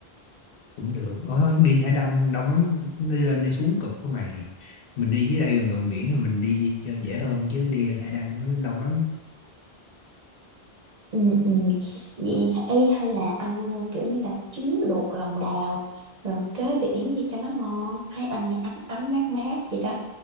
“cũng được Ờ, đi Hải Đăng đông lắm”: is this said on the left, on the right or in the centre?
Left